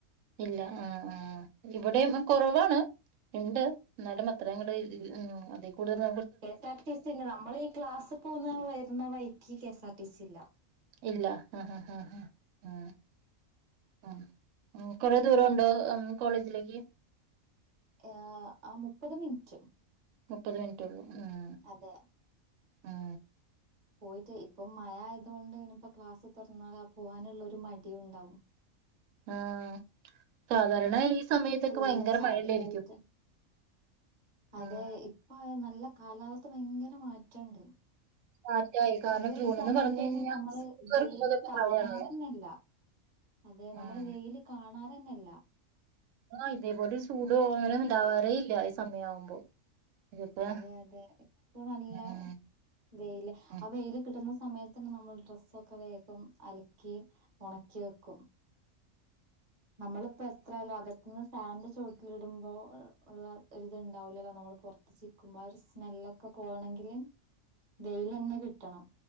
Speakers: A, on the right; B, on the right.
A: ഇല്ല ആഹ് ആഹ് ഇവിടേം ആഹ് കൊറവാണ് ഇണ്ട് എന്നാലും അത്രയങ്ങട് ഇല്ല ആഹ് അതീ കൂടുതല്
B: കെ എസ് ആർ ടി സിണ്ട് നമ്മള് ഈ ക്ലാസ്സ് പോന്ന വരുന്ന വൈക്ക് K S R T C ഇല്ല
A: ഇല്ല ആഹ് ആഹ് ആഹ് ആഹ് ഉം ഉം ഉം കൊറെ ദൂരംണ്ടോ ഉം കോളേജിലേക്ക്
B: യാ ആഹ് മുപ്പത് മിൻറ്റ്
A: മുപ്പത് മിനൻറ്റുള്ളൂ ഉം
B: അതെ
A: ഉം
B: പോയിട്ട് ഇപ്പൊ മയ ആയത് കൊണ്ട് ഇനിപ്പോ ക്ലാസ് തൊറന്നാല് ആഹ് പോവാനുള്ള ഒരു മടിയുണ്ടാവും
A: ആഹ് സാധാരണ ഈ സമയത്തക്കെ
B: ഫുള്ള്
A: ഭയങ്കര
B: ചാലിലായിട്ട്
A: മഴല്ലായിരിക്കും
B: അതെ
A: ഉം
B: ഇപ്പൊ നല്ല കാലാവസ്ഥ പയങ്കര മാറ്റണ്ട്
A: കാറ്റായി കാരണം
B: പൊതുവെ
A: ജൂൺന്ന്
B: ഈ സമയത്തൊന്നും
A: പറഞ്ഞു കഴിഞ്ഞാൽ
B: നമ്മള്
A: സ്കൂൾ തുറക്കുന്നതൊക്കെ
B: വെയില് കാണാനന്നെല്ല
A: മഴയാണല്ലോ
B: അതെ
A: ഉം
B: നമ്മള് വെയില് കാണാറന്നെല്ല
A: ആഹ് ഇതേപോലൊര് ചൂടോ അങ്ങനെണ്ടാവാറേ ഇല്ല ഈ സമയാവുമ്പോ ഇതിപ്പോ
B: അതെ അതെ ഇപ്പൊ നല്ല
A: ഉം
B: വെയില്
A: ഉം
B: ആഹ് വെയില് കിട്ടുന്ന സമയത്ത് തന്നെ നമ്മള് ഡ്രസ്സൊക്കെ വേഗം അലക്കി ഒണക്കി വെക്കും നമ്മളിപ്പോ എത്രയാലും അകത്ത്ന്ന് ഫാനിന്റെ ചോട്ടിലിടുമ്പോ ഒള്ള ഒരിത്ണ്ടാവില്ലല്ലോ നമ്മള് പൊ പൊറത്ത് ചിക്കുമ്പോ ആ ഒരു സ്മെല്ലൊക്കെ പോകണെങ്കില് വെയിലന്നെ കിട്ടണം